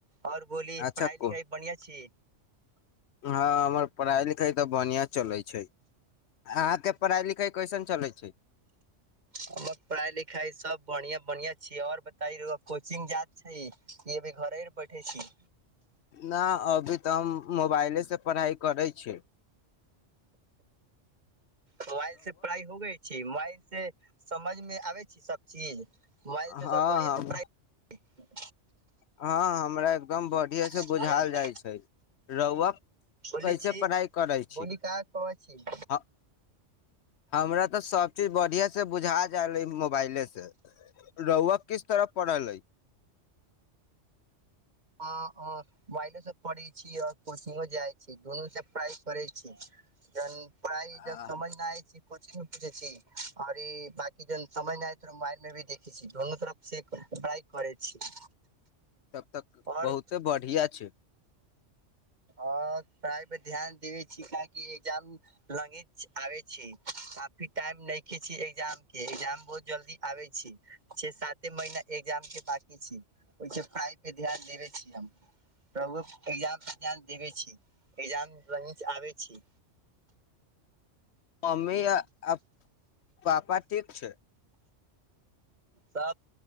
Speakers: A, on the right (about 35°); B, on the left (about 70°).
A: और बोली
B: अच्छा
A: पढ़ाई
B: को
A: लिखाई बढ़ियां छी
B: हँ हमर पढ़ाई लिखाई तऽ बढ़िया चलै छै अहाँके पढ़ाई लिखाई कैसन चलै छै
A: हमर पढ़ाई लिखाई सब बढ़िआ बढ़िआं छिय आओर बता रह कोचिंगग जायइत छै स बे घरे पढ़े छी
B: न अभी तऽ हम मोबाइलेसँ पढ़ाइ करै छी
A: मोबाइल से पढ़ाइ हो गई छै मोबाइल से समझ मे आबै छी सब चीज मोबाइल से
B: हँ
A: सब बढ़िआँ
B: हम
A: से प्राइ ठीक
B: हँ हमरा एकदम बढ़िएँसँ
A: पढ़ाई
B: बुझायल जाइ छै रहहुुआ
A: बोले
B: कैसे
A: छी
B: पढ़ाइ करै छी
A: बोली का कहै छी
B: हँ हमरा तऽ सब चीज बढ़िआ से बुझा जाल मोबाइले से ओक किस तरह पढ़ल अइ
A: ह मोबाइलो से पढ़े छी और कोचिंगो जाइ छी दुनू से प्राइ करै छी जन पढ़ाइ
B: आ
A: जब समझमे आइ छी कोिंग मे पूछे छी आओर ई बाकी जन समझय मोबाइल मे भी देखे छीोनू तरफ से ्रइ करै छी
B: तब तक
A: और
B: बहुते बढ़िया छै
A: ओ प्राय पर ध्यान देबे छी ककिजाम लगे आ छै अी टाइम नहि क छी एग्जाम के एग्जाम बहुत जल्दी आबे छी छ साते महीना एग्जाम के बाकी छी ओहि पढ़ाइ पे ध्यान देबे छी हम एग्जाम देब छी ए्जाम नच आबै छी
B: मम्मी आ आ पापा ठीक छै
A: सब